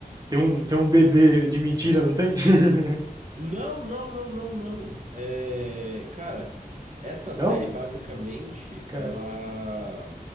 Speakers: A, on the right; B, on the right.
A: Tem um, tem um bebê de mentira, não tem? <laughs>
B: Não, não, não, não, não. É, cara, essa série
A: Não?
B: basicamente
A: Caramba.
B: ela